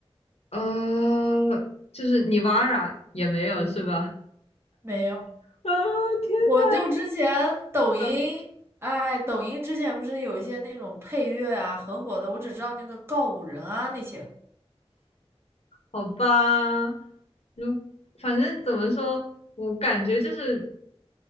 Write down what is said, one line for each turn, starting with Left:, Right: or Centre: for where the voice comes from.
Left: 呃，就是尼瓦拉也没有是吧？
Right: 没有，
Left: <laughs> 啊，天呐，
Right: 我就之前抖音，
Left: 嗯，
Right: 哎，抖音之前不是有一些那种配乐啊，很火的，我只知道那个告五人啊那些，
Left: 好吧，如反正怎么说，我感觉就是。